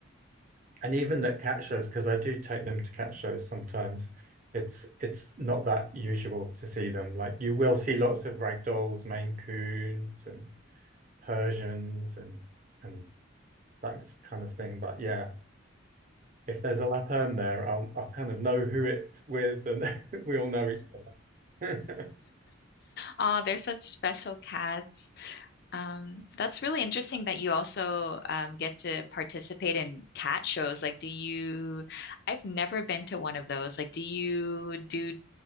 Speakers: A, on the right (about 40°); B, on the left (about 50°).
A: and even at cat shows, because I do take them to cat shows sometimes, it's it's not that usual to see them. Like you will see lots of ragdolls, Maine Coons, and Persians, and and that kind of thing. But yeah, if there's a lap Lapperm there, I'll I'll kind of know who it's with, and <laughs> we all know each other.
B: Oh, they're such special cats. Um, that's really interesting that you also um, get to participate in cat shows. Like, do you, I've never been to one of those. Like, do you do